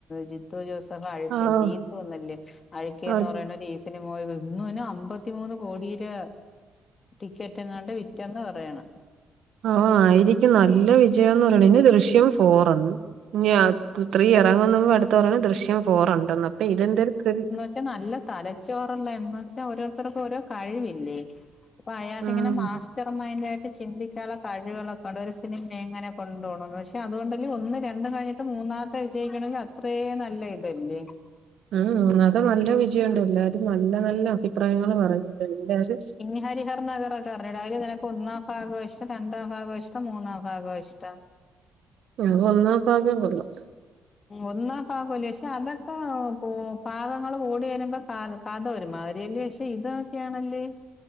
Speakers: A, on the left (about 35°); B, on the right (about 70°).
A: ജിത്തു ജോസഫ് അഴക്ക്
B: ആഹ്
A: ജീപ്പ് വന്നില്ലേ അഴുക്കേന്ന്
B: ആഹ്
A: പറയുന്ന ഒരു ഈ സിനിമ പോയത് ഇന്ന് തന്നെ അമ്പത്തിമൂന്ന് കോടിയുടെ ടിക്കറ്റെങ്ങാണ്ട് വിറ്റന്ന് പറ യണ്
B: ആഹ് ആയിരിക്കും നല്ല വിജയംന്ന് പറയണ് ഇനി ദൃശ്യം ഫോറെറങ്ങു ഇഞ്ഞ് ത്രീ എറങ്ങുന്നും അടുത്തു പറഞ്ഞു ദൃശ്യം ഫോറുണ്ടന്ന് അപ്പൊ ഇതെന്തെരു ത്രി
A: പക്ഷെ നല്ല തലച്ചോറുള്ള എന്ന് വെച്ചാ ഓരോരുത്തർക്കും ഓരോ കഴിവില്ലേ? അപ്പൊ അയാക്കിങ്ങനെ
B: ഉം
A: മാ സ്റ്റർ മൈൻ്റായിട്ട് ചിന്തിക്കാനുള്ള കഴിവുകളൊക്കെണ്ട് ഒരു സിനിമ എങ്ങനെ കൊണ്ടു പോകണന്ന് പക്ഷെ അതുകൊണ്ടല്ല ഒന്ന് രണ്ടും കഴിഞ്ഞിട്ട് മൂന്നാമത്തെ വിജയിക്കണമെങ്കി അത്രേ നല്ലയിതല്ലേ?
B: ആഹ് അത നല്ല വിജയുണ്ട് എല്ലാരും നല്ല നല്ല അഭിപ്രായങ്ങള് പറഞ്ഞത് എല്ലാരും
A: ഇ ഹരിഹർ നഗറൊക്കെ അറിഞ്ഞൂടെ അയില് നിനക്ക് ഒന്നാം ഭാഗം ഇഷ്ട്ടം രണ്ടാം ഭാഗോയിഷ്ട്ടം മൂന്നാം ഭാഗോയിഷ്ട്ടം?
B: ആഹ് അത് ഒന്നാം ഭാഗം കൊള്ളാം
A: ഒന്നാം ഭാഗവല്ലേ പക്ഷേ അതൊക്കെ പോ ഭാഗങ്ങള് കൂടി വരുമ്പോ കഥ ഒരുമാതിരിയല്ലേ? പക്ഷെ ഇത് നോക്കിയാണല്ലേ?